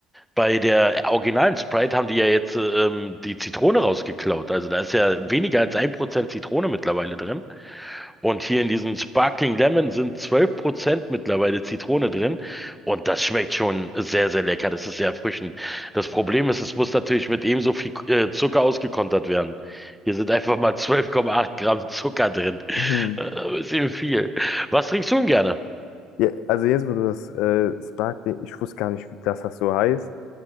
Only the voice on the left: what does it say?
Mhm.
Ja, also jetzt, wo du das äh, Sparkling, ich wusste gar nicht, wie- dass das so heißt,